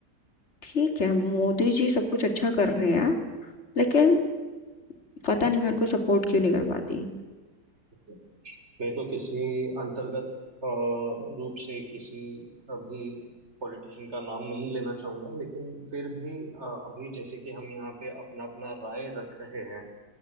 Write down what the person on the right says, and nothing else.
<laughs> मैं तो किसी अंतर्गत अ, रूप से किसी अभी पॉलिटिशियन का नाम नहीं लेना चाहूंगा लेकिन फिर भी अ, अभी जैसे कि हम यहाँ पे अपना अपना राय रख रहे हैं